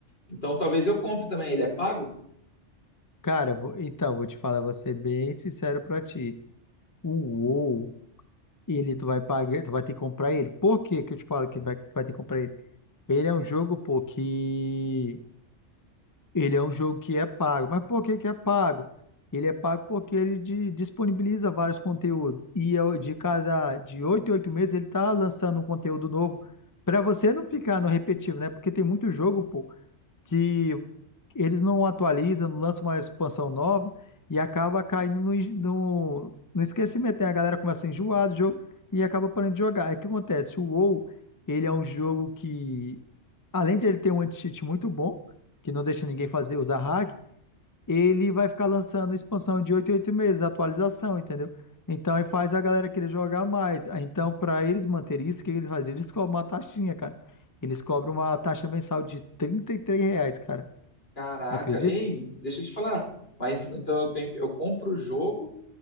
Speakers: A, on the left; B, on the left.
A: Então talvez eu compre também. Ele é pago?
B: Cara, vou- então, vou te falar, vou ser bem sincero pra ti. O WoW, ele tu vai pagar, tu vai ter que comprar ele. Por que que eu te falo que vai, tu vai ter que comprar ele? Ele é um jogo, pô, que Ele é um jogo que é pago. Mas por que que é pago? Ele é pago porque ele di- disponibiliza vários conteúdos. E eu- de cada de oito em oito meses ele está lançando um conteúdo novo para você não ficar no repetitivo, né? Porque tem muito jogo, pô, que eles não atualizam, não lançam uma expansão nova e acaba caindo no, no, no esquecimento. Aí a galera começa a enjoar do jogo e acaba parando de jogar. Aí o que acontece? O WoW, ele é um jogo que, além de ele ter um anti-cheat muito bom, que não deixa ninguém fazer usar hack, ele vai ficar lançando expansão de 8 em 8 meses, atualização, entendeu? Então, aí faz a galera querer jogar mais. Aí, Então, para eles manterem isso, o que que eles fazem? Eles cobram uma taxinha, cara. Eles cobram uma taxa mensal de 33 reais, cara.
A: Caraca,
B: Tu acredita?
A: ei, deixa eu te falar. Mas então eu tenho que, eu compro o jogo